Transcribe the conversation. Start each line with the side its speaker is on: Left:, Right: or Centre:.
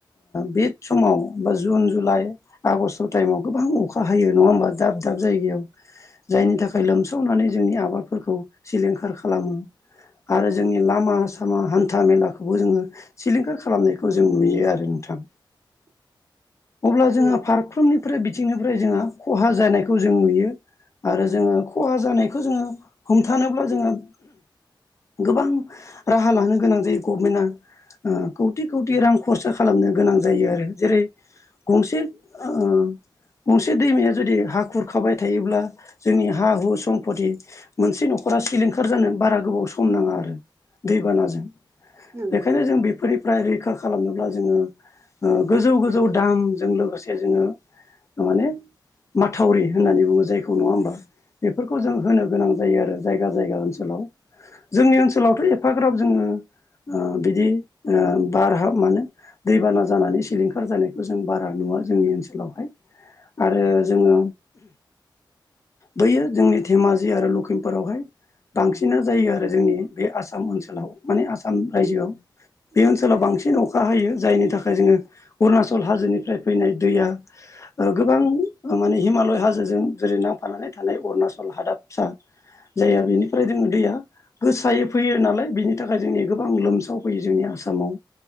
Left: बे समाव बा जुन जुलाइ आगस्ट टाइमाव गोबां अखा हायो नङा होमबा दाब दाब जायगायाव जायनि
Right: दे
Left: थाखाय लोम सावनानै जोंनि आबादफोरखौ सिलिंखार खालामो आरो जोंनि लामा सामा हान्था मेलाखौबो जोङो सिलिंखार खालामनायखौ जों नुयो आरो नोंथां।
Right: <inaudible>
Left: अब्ला
Right: नंगौ
Left: जोङो फारफ्रोमनिफ्राय बिथिंनिफ्राय जोंहा खहा जानाय खौ जों नुयो आरो जोङो खहा जानायखौ जोङो हमथानोब्ला जोङो गोबां राहा लानो गोनां जायो गभमेन्टआ ओ खौथि खौथि रां खरसा खालामनो गोनां जायो आरो जेरै गंसे ओ गंसे दैमाया जुदि हा खुरखाबाय थायोब्ला जोंनि हा हु सम्पति मोनसे न'खरा सिलिंखार जानो बारा गोबाव सम नाङा आरो दैबानाजों
Right: नंगौ
Left: बेखायनो जों बेफोरनि फ्राय रैखा खालामनोब्ला जोङो ओ गोजौ गोजौ दामजों लोगोसे जोङो माने माथावरि होननानै बुङो जायखौ नङा होमबा बेफोरखौ
Right: औ
Left: जों होनो गोनां जायो आरो जायगा जायगा ओनसोलाव जोंनि ओनसोलावथ' एफाग्राब जोङो ओ बिदि ओ बार हाब मानो दैबाना जानानै सिलिंखार जानायखौ जों बारा नुवा जोंनि ओनसोलावहाय आरो
Right: औ
Left: जोङो बैयो जोंनि धेमाजि आरो लखिमपुरावहाय बांसिना जायो आरो जोंनि बे आसाम ओनसोलाव। माने आसाम रायजोआव
Right: नंगौ
Left: बे
Right: औ
Left: ओनसोलाव बांसिन अखा खा हायो जायनि थाखाय जोङो उरुणाचल हाजोनिफ्राय फैनाय दैया ओ गोबां माने हिमालय हाजोजों जेरै नांफानानै थानाय अरुणाचल हादाबसा जाया बेनिफ्राय जोंङो दैया गोसायो फैयो नालाय बिनि थाखाय जोंनि गोबां लोमसावफैयो जोंनि आसामाव।